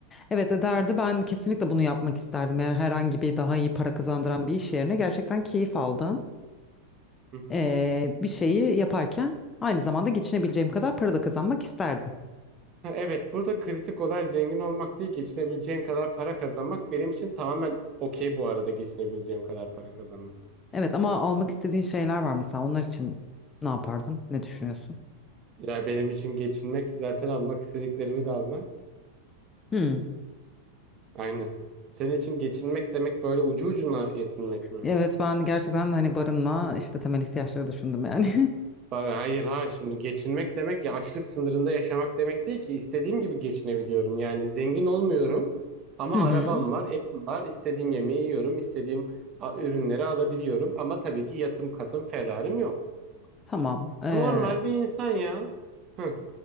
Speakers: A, on the left (about 20°); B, on the right (about 30°).
A: Evet ederdi. Ben kesinlikle bunu yapmak isterdim. Yani herhangi bir daha iyi para kazandıran bir iş yerine gerçekten keyif aldım.
B: Hı hı.
A: Ee, bir şeyi yaparken aynı zamanda geçinebileceğim kadar para da kazanmak isterdim.
B: Ha, Evet, burada kritik olay zengin olmak değil, geçinebileceğin kadar para kazanmak. Benim için tamamen okey bu arada geçinebileceğim kadar para kazanmak.
A: Evet ama almak istediğin şeyler var mesela onlar için ne yapardın? Ne düşünüyorsun?
B: Ya benim için geçinmek zaten almak istediklerimi de almak.
A: Hmm.
B: Aynen. Senin için geçinmek demek böyle ucu ucuna yetinmek mi?
A: Evet ben gerçekten hani barınma işte temel ihtiyaçları düşündüm yani.
B: Ba- Hayır hayır şimdi geçinmek demek ya açlık sınırında yaşamak demek değil ki istediğim gibi geçinebiliyorum. Yani zengin olmuyorum ama
A: <laughs> Hı hı.
B: arabam var, evim var, istediğim yemeği yiyorum, istediğim a- ürünleri alabiliyorum ama tabii ki yatım katım Ferrari'm yok.
A: Tamam. Ee,
B: Normal bir insan ya. Hı,